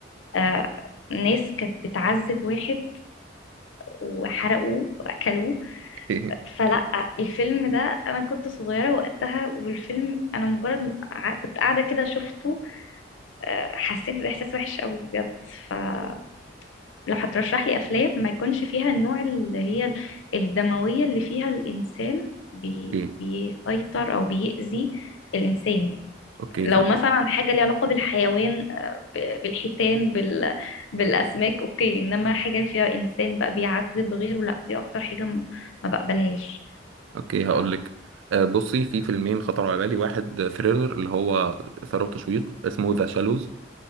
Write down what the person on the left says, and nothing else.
آه ناس كانت بتعذب واحد وحرقوه واكلوه
فلا الفيلم ده انا كنت صغيره وقتها والفيلم انا مجرد ما قع- كنت قاعده كده شفته آه، حسيت باحساس وحش قوي بجد فلو هترشح لي افلام ما يكونش فيها النوع اللي هي ال- الدمويه اللي فيها الانسان بي
بيسيطر او بيأذي الانسان
لو
مثلا حاجه ليها علاقه بالحيوان آه، ب- بالحيتان بال بالاسماك اوكي انما حاجه فيها انسان بقى بيعذب غيره لا دي اكتر حاجه ما ما بقبلهاش
ف-